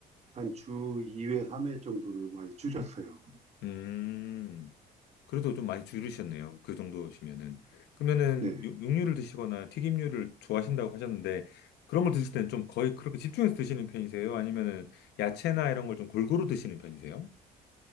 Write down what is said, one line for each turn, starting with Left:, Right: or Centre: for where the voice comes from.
Right: 한 주 2회, 3회 정도를 많이 줄였어요.
Left: 음, 그래도 좀 많이 줄으셨네요. 그 정도시면은. 그러면은
Right: 네.
Left: 육- 육류를 드시거나 튀김류를 좋아하신다고 하셨는데 그런 걸 드실 때는 좀 거의 그렇게 집중해서 드시는 편이세요? 아니면은 야채나 이런 걸 좀 골고루 드시는 편이세요?